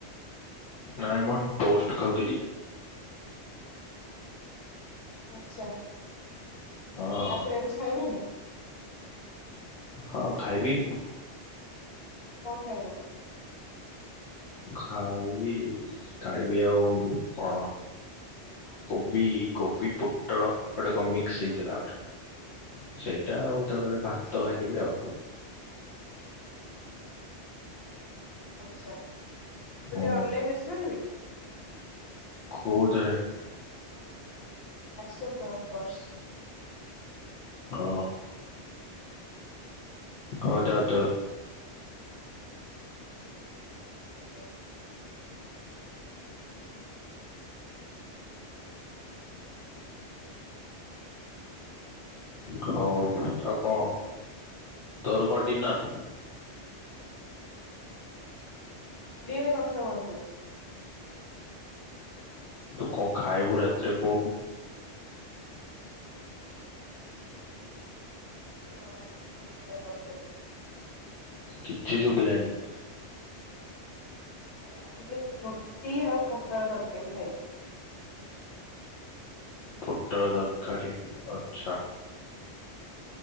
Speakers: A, on the left; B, on the left.
A: ନାଇଁ ମୁଁ ଟୋଷ୍ଟ ଖାଉଥିଲି।
B: ଆଛା।
A: ହଁ
B: ରାତିରେ ଆଉ କିଛି ଖାଇବେନି?
A: ହଁ ଖାଇବି।
B: କଣ ଖାଇବ?
A: ଖାଇବି ଖାଇବି ଆଉ କଣ? କୋବି କୋବି ପୋଟଳ ଗୋଟେ କଣ ମିକ୍ସ ହେଇଥିଲା ଗୋଟେ। ସେଇଟା ଆଉ ତାପରେ ଭାତ
B: ଆଚ୍ଛା
A: ଖାଇଥୀବି ଆଉ।
B: ଆଛା ଆପଣ
A: ହୁଁ।
B: ଟିକେ ଅନଲାଇନ୍ ଆସିପାରିବେ
A: କୋଉଥିରେ?
B: Accept of course.
A: ଅ କ ଦ ଦ
B: ଆଛା।
A: ଘଉ ଆଉ ଙ୍କ ତୋର କଣ ଡିନର୍?
B: ହଁ। ଓଡିଆରେ କଥା ହୁଅନ୍ତୁ।
A: ତୁ ଙ୍କ ଖାଇବୁ ରାତିରେ କହୁ
B: ଆଉ ପୋଟଳ ତରକାର।
A: କିଛି ଶୁଭିଲାନି।
B: ମୁଁ ରାତିରେ ରୁଟି ଆଉ ପୋଟଳ ତରକାରୀ ଖାଇବି।
A: ପୋଟଳ ଦରକାରୀ ଆଛା।